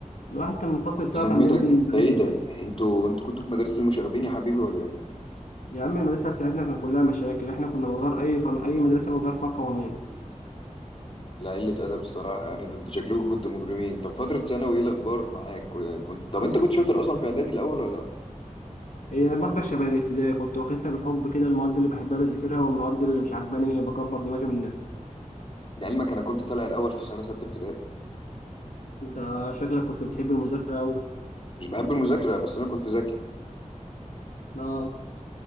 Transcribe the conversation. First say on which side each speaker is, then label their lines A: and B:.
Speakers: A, on the left; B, on the left.
A: الواحد كان الفصل
B: طب
A: بتاعه
B: بذمتك
A: كان دايما
B: ده
A: قليل
B: ايه ده؟
A: جداً.
B: يعني انتوا انتوا كنتوا في مدرسة المشاغبين يا حبيبي ولا ايه؟
A: يا عم المدرسة بتاعتنا كان كلها مشاكل احنا كنا بنغير أي قانون أي مدرسة بتغير فيها القوانين
B: لا قلة أدب الصراحة يعني ده انتوا شكلكم كنتوا مجرمين طب فترة ثانوي ايه الأخبار معاك؟ كنت طب انت كنت شاطر أصلا في إعدادي الأول ولا لا؟
A: هي برضه شبه الابتدائي كنت واخدتها بالحب كده المواد اللي بحبها بذاكرها والمواد اللي مش عجباني بكبر دماغي منها
B: لعلمك أنا كنت طالع الأول في سنة ستة ابتدائي
A: انت شكلك كنت بتحب المذاكرة أوي
B: مش بحب المذاكرة بس أنا كنت ذكي
A: اه